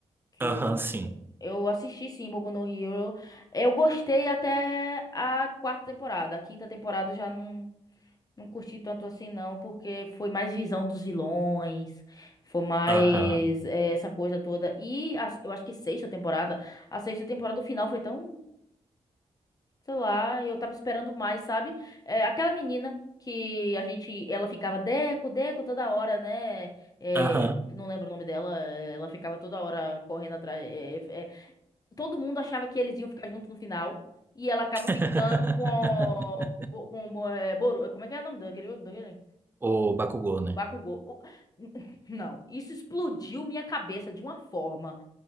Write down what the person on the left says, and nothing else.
que
eu assisti sim, Boku no Hero. Eu gostei até a quarta temporada. A quinta temporada eu já não não curti tanto assim não, porque foi mais visão dos vilões, foi mais
é, essa coisa toda. E a- eu acho que sexta temporada, a sexta temporada do final foi tão Sei lá, eu tava esperando mais, sabe? É, aquela menina que a gente, ela ficava Deco, Deco toda hora, né? É,
não lembro o nome dela, é, ela ficava toda hora correndo atrás. é, é, é, todo mundo achava que eles iam ficar juntos no final e ela acaba ficando
com o, com, Bo- com, Bo- é, Boru- como é que é o nome daquele, daquele?
Bakugou. O- <laughs> Não, isso explodiu minha cabeça de uma forma